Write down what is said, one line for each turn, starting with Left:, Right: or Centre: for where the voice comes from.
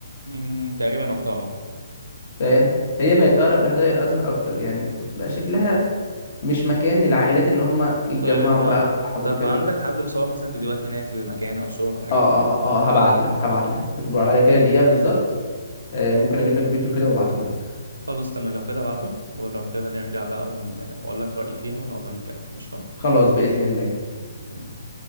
Right: م، تقريبا رحتها اه
Left: فاهم هي بقت اقرب لحدائق الازهر اكتر يعني بقى شكلها مش مكان للعائلات ان هم يتجمعوا
Right: طيب ما
Left: بقى ويلعبوا
Right: طب
Left: كده
Right: عندك حد مصور مثلا فيديوهات هناك للمكان او صور والحاجات
Left: اه
Right: دي؟
Left: اه اه هبعت لك هبعت لك اصبر عليا كده دقيقة بالظبط آه، ممكن اجيب لك فيديو كده وابعته لك
Right: خلاص تمام لو كده ابعته ولو كده نرجع بقى ون... واقول لك رأيي فيها ونقعد نتكلم قشطة
Left: خلاص بإذن الله
Right: تمام